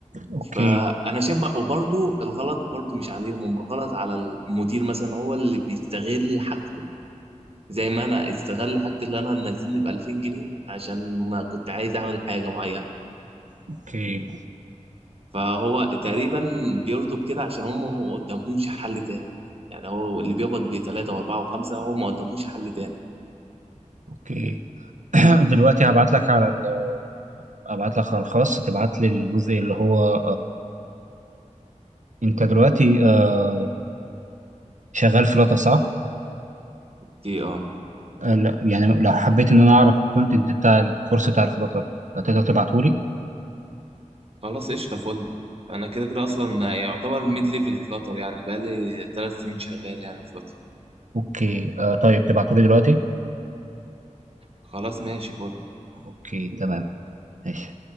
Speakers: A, on the right; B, on the right.
A: اوكي
B: فانا شايف بقى وبرده الغلط برده مش عليهم هم الغلط على المدير مثلا هو اللي بيستغل حاجته زي ما انا استغل حاجتي اللي انا منزلني ب 2000 جنيه عشان ما كنت عايز اعمل حاجه معينه
A: اوكي
B: فهو تقريبا بيرضوا بكده عشان هم ما قدامهمش حل تاني يعني هو اللي بيقبض بثلاثه واربعه وخمسه هو ما قدامهوش حل تاني
A: اوكي <clears throat> دلوقتي هبعت لك على ال- ابعت لك على الخاص تبعت لي الجزء اللي هو انت دلوقتي آه، شغال فلاتر صح؟
B: في إيه؟ اه
A: آه، لا يعني لو حبيت ان انا اعرف الكونتنت بتاع الكورس بتاع الفلاتر تقدر تبعته لي؟
B: خلاص قشطه فل انا كده كده اصلا يعتبر ميد ليفل فلاتر يعني بقالي ثلاث سنين شغال يعني فلاتر
A: اوكي آه، طيب تبعته لي دلوقتي؟
B: خلاص ماشي فل
A: اوكي تمام ماشي